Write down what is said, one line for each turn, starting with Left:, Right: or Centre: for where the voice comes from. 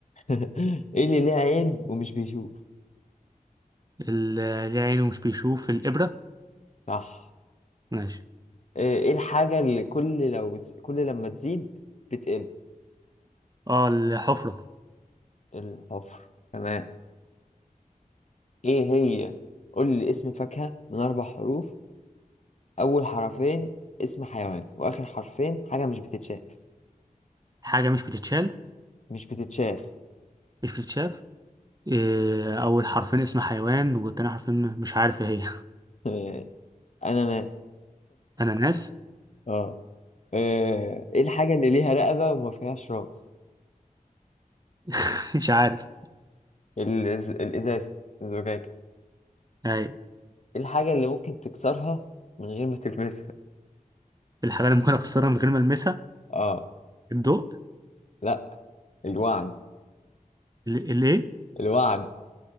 Left: <laughs> ايه اللي ليه عين ومش بيشوف
Right: <laughs> ال- اللي عينه مش بيشوف الإبرة
Left: صح
Right: ماشي
Left: ايه إيه الحاجة اللي كل لو كل لما تزيد بتقل
Right: اه الحفرة
Left: الحفر تمام ايه هي قول لي اسم فاكهة من اربع حروف اول حرفين اسم حيوان واخر حرفين حاجة مش بتتشاف
Right: حاجة مش بتتشال
Left: مش بتتشاف
Right: مش بتتشاف إيه، أول حرفين اسم حيوان والتاني حرفين مش عارف ايه هي
Left: <laughs> انا انا
Right: <laughs> أناناس
Left: اه آه، ايه الحاجة اللي ليها رقبة وما فيهاش راس
Right: <laughs> مش عارف
Left: الإز... الازازة الزجاجة
Right: أيوة
Left: ايه الحاجة اللي ممكن تكسرها من غير ما تلمسها
Right: الحاجة اللي ممكن أخسرها من غير ما ألمسها
Left: اه
Right: الضوء
Left: لا الوعد
Right: ال- الايه
Left: الوعد